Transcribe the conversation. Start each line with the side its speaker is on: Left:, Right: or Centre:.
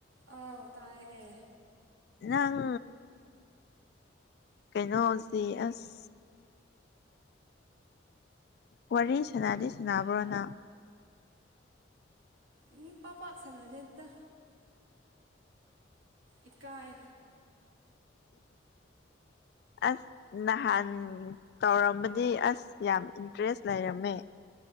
Right: ꯑꯥꯎ ꯇꯥꯏꯌꯦ
Left: ꯑꯥꯡ ꯀꯩꯅꯣꯁꯦ ꯑꯁ ꯋꯥꯔꯤ ꯁꯅꯥꯗꯤ ꯁꯅꯕ꯭ꯔꯣꯅ
Right: ꯃꯤ ꯄꯥꯄ ꯁꯉꯗꯦꯗ ꯑꯦꯀꯥꯏ
Left: ꯑꯁ ꯅꯍꯥꯟ ꯇꯧꯔꯝꯕꯗꯤ ꯑꯁ ꯌꯥꯝ ꯏꯟꯇꯔꯦꯁ ꯂꯩꯔꯝꯃꯦ